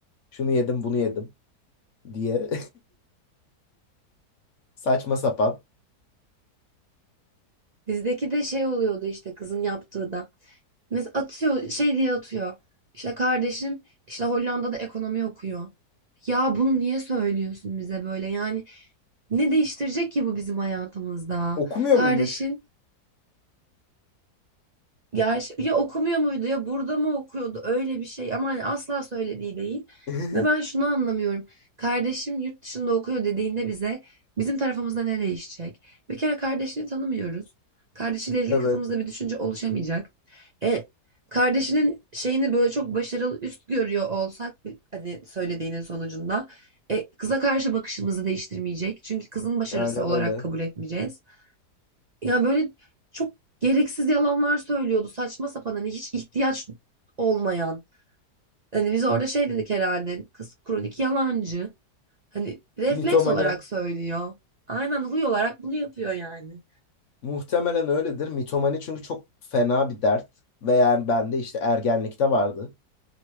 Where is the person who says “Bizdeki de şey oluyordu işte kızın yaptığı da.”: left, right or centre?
Right